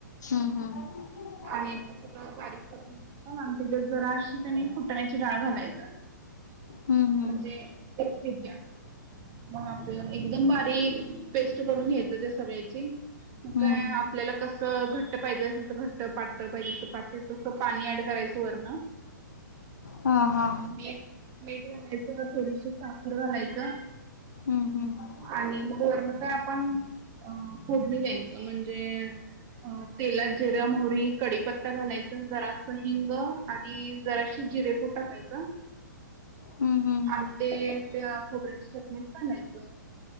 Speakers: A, on the left (about 60°); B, on the right (about 25°).
A: हम्म, हम्म,
B: आणि ते सगळं बारीक करून तिच्यात जरा अशी क नाही फुटण्याची डाळ घालायचं.
A: हम्म
B: म्हणजे टेस्ट येत्या, हं. एकदम बारीक पेस्ट करून घेतो त्या सगळ्याची
A: हम्म हम्म
B: काय आपल्याला कसं घट्ट पाहिजे असेल तर घट्ट, पातळ पाहिजे तर पातळ तस पाणी ऍड करायचं वरण.
A: हा, हा,
B: मीठ -मीठ घालायचं, वर थोडीशी साखर घालायचं.
A: हम्म्, हम्म.
B: आणि मग वर्ण नंतर आपण फोडणी द्यायची म्हणजे म्हणजे अ तेलात जिरं- मोहरी कडीपत्ता घालायचं, जरास हिंग आणि जराशी जिरे पूड टाकायचं.
A: हम्म हम्म
B: आन् ते त्या खोबऱ्याची चटणीत घालायचं.